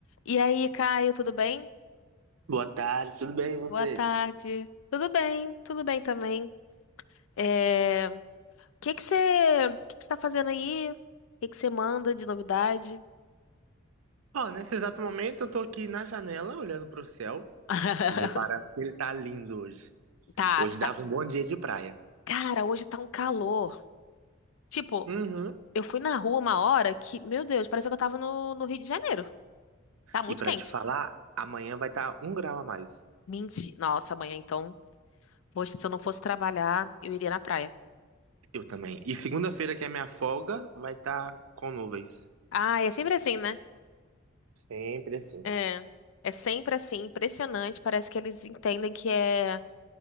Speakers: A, on the left; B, on the right.
A: E aí, Caio, tudo bem?
B: Boa tarde, tudo bem e você?
A: Boa tarde. Tudo bem, tudo bem também. É... O que que você, o que que você tá fazendo aí? O que que você manda de novidade?
B: Ó, nesse exato momento eu tô aqui na janela olhando pro céu
A: <laughs>
B: e reparando que ele tá lindo hoje.
A: Tá,
B: Hoje dava
A: tá.
B: um bom dia de praia.
A: Cara, hoje tá um calor. Tipo,
B: Uhum.
A: eu fui na rua uma hora que, meu Deus, parecia que eu tava no, no Rio de Janeiro. Tá muito
B: E pra
A: quente.
B: te falar, amanhã vai estar um grau a mais.
A: Mentira. Nossa, amanhã então. Poxa, se eu não fosse trabalhar, eu iria na praia.
B: Eu também. E segunda-feira, que é minha folga, vai estar com nuvens.
A: Ah, é sempre assim, né?
B: Sempre assim.
A: É. É sempre assim, impressionante. Parece que eles entendem que é